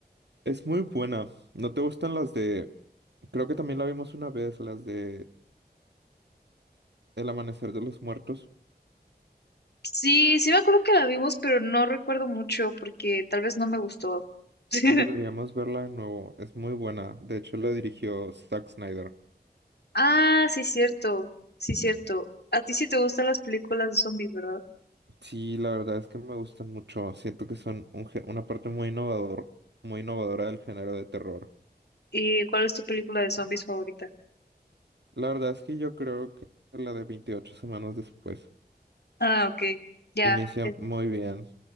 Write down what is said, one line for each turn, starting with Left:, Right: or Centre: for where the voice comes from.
Right: es muy buena. ¿No te gustan las de... Creo que también la vimos una vez, las de El amanecer de los muertos.
Left: Sí, sí me acuerdo que la vimos, pero no recuerdo mucho porque tal vez no me gustó. <laughs>
Right: Deberíamos verla de nuevo. Es muy buena. De hecho, la dirigió Zack Snyder.
Left: Ah, sí, cierto. Sí, cierto. A ti sí te gustan las películas de zombies, ¿verdad?
Right: Sí, la verdad es que me gustan mucho. Siento que son un gé- una parte muy innovador, muy innovadora del género de terror.
Left: ¿Y cuál es tu película de zombies favorita?
Right: La verdad es que yo creo que la de 28 semanas después
Left: Ah, ok. Ya.
Right: inicia
Left: Es,
Right: muy bien.